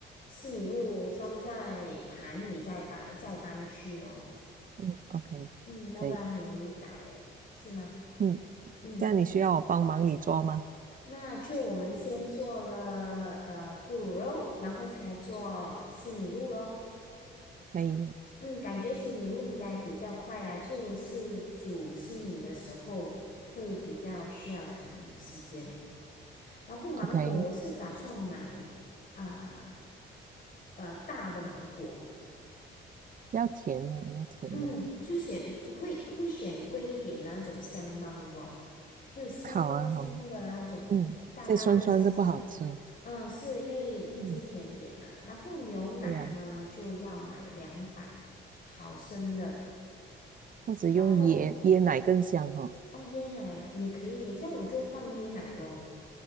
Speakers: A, on the left; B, on the right.
A: 西米露装在盘里再搬再搬去哦。
B: 嗯，OK，
A: 嗯，要不然很容易倒嘞，
B: 可以。
A: 是吗？
B: 嗯，
A: 嗯，
B: 这样你需要我帮忙你做吗？
A: 那就我们先做了呃咕噜肉，然后才做西米露咯。
B: 可以
A: 嗯，感觉西米露应该比较快啦，就是煮西米的时候会比较需要长时间。然后芒果我是打算买啊
B: o k
A: 呃大的芒果，
B: 要甜哦，要甜的嘛。
A: 嗯，就选会会选贵一点的那种香芒果啊，就香香的那种，
B: 好啊，好啊嗯，
A: 大大个香香的。
B: 这酸酸的不好吃。
A: 嗯，是因为毕竟甜点嘛。
B: 嗯，
A: 然后牛奶呢就要买两百毫升的，
B: 对呀、或者用椰椰奶更香哈、
A: 然后哦椰奶啊也可以耶，这样我就换椰奶咯。